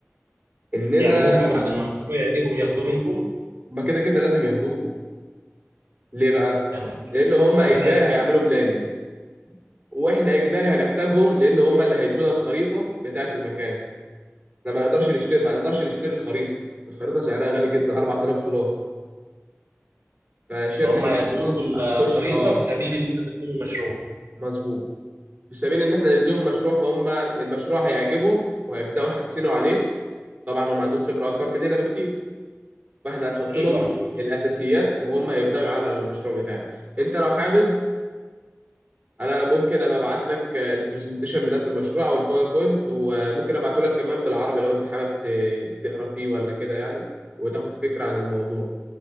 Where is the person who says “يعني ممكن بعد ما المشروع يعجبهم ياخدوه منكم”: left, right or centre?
Right